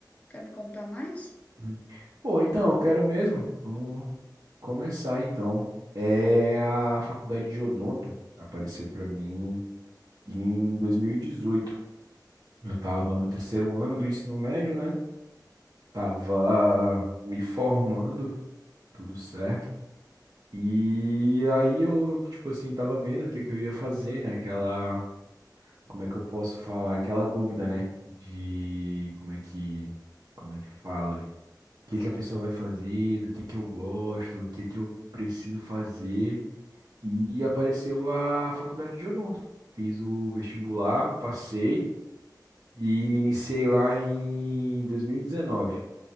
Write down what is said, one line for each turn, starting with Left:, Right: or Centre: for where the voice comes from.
Left: Quer me contar mais?
Right: Hum. Bom, então, eu quero mesmo. Vamos começar então. É a faculdade de odonto apareceu pra mim em 2018. Eu tava no terceiro ano do ensino médio, né? Tava me formando, tudo certo. E aí eu, tipo assim, tava vendo o que que eu ia fazer, né? Aquela como é que eu posso falar? Aquela dúvida, né? De como é que, como é que fala? O que que a pessoa vai fazer, do que que eu gosto, o que que eu preciso fazer. E apareceu a faculdade de odonto. Fiz o vestibular, passei e iniciei lá em 2019,